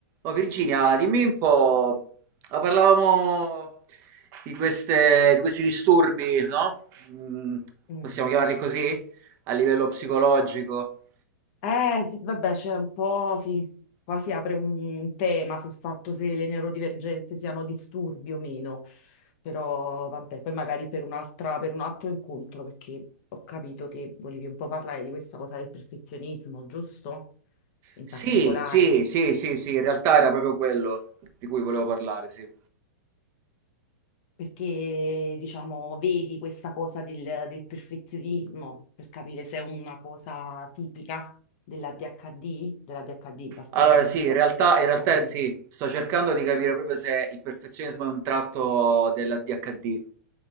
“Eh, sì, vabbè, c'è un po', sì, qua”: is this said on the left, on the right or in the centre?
Left